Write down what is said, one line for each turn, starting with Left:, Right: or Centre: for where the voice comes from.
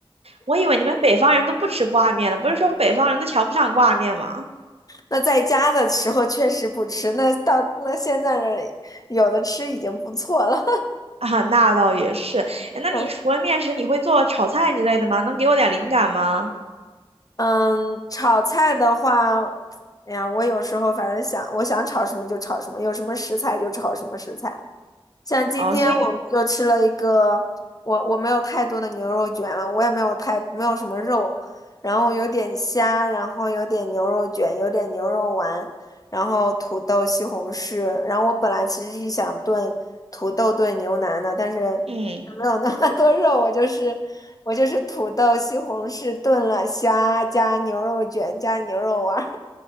Right: 我以为你们北方人都不吃挂面的，不是说北方人都瞧不上挂面吗？
Left: 那在家的时候确实不吃，那到那现在呢，有的吃已经不错了。
Right: 啊，那倒也是。哎那你除了面食，
Left: <laughs>
Right: 你会做炒菜之类的吗？能给我点灵感吗？
Left: 嗯，炒菜的话，哎呀，我有时候反正想，我想炒什么就炒什么，有什么食材就炒什么食材。像今天我们就吃了一个，
Right: 啊，所以你，
Left: 我我没有太多的牛肉卷了，我也没有太没有什么肉，然后有点虾，然后有点牛肉卷，有点牛肉丸，然后土豆、西红柿。然后我本来其实是想炖土豆炖牛腩的，但是
Right: 嗯。
Left: 没有那么多肉，我就是我就是土豆、西红柿炖了虾，加牛肉卷，加牛肉丸儿，